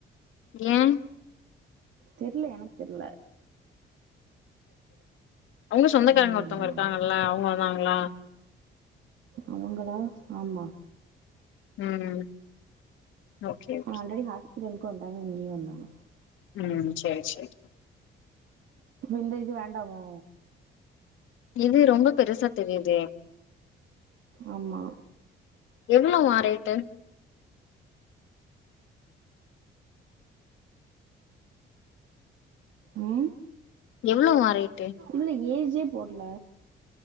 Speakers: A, on the left; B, on the right.
A: ஏன்
B: தெரில எனக்கு தெரில
A: அவ்ங்க சொந்தக்காரங்க
B: ம்
A: ஒருத்தவங்க இருக்காங்கல்ல அவ்ங்க வருவாங்களா
B: அவ்ங்களா ஆமா
A: ம் ஓகே ஓகே
B: ஆல்ரெடி ஹாஸ்பிட்டலுக்கு வந்தாங்க இங்கேயு வந்தாங்க
A: ம் செர் செரி
B: இந்த இது வேண்டாமோ
A: இது ரொம்ப பெருசா தெரியுதே
B: ஆம்மா
A: எவ்ளோவா ரேட்டு
B: ம்
A: எவ்ளோவா ரேட்டு
B: இதுல ஏஜே போட்ல